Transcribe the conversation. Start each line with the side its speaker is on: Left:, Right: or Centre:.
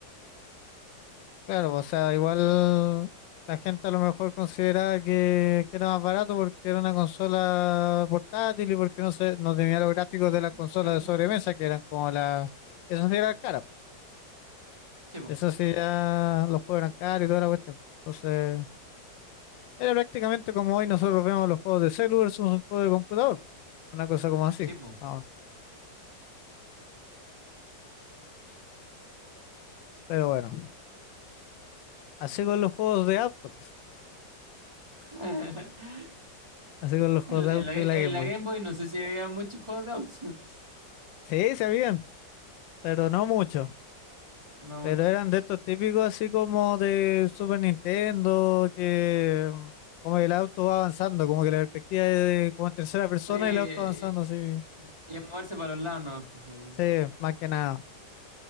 Left: Claro, o sea, igual la gente a lo mejor consideraba que, que era más barato porque era una consola portátil y porque no se, no tenía los gráficos de las consolas
Right: Sí,
Left: de sobremesa, que eran como la... Eso sí era cara.
Right: sí, po,
Left: Eso sí ya los juegos eran caros y toda la cuestión. Entonces, era prácticamente como hoy nosotros vemos los juegos de celu versus un juego de computador. Una cosa como así.
Right: sí, po.
Left: Ah, pero bueno, así con los juegos de auto.
Right: <laughs>
Left: Así con los juegos
Right: En,
Left: de
Right: en
Left: auto
Right: la, en
Left: y la Game
Right: la
Left: Boy.
Right: Game Boy no sé si había muchos juegos de autos. <laughs>
Left: Sí, se habían, pero no mucho.
Right: No
Left: Pero
Right: mucho.
Left: eran de estos típicos así como de Super Nintendo, que mm, como que el auto va avanzando, como que la perspectiva es de- como en tercera persona
Right: Sí,
Left: y el auto avanzando así.
Right: y es moverse para los lados, no, pues, sí. Eh,
Left: Sí, más que nada.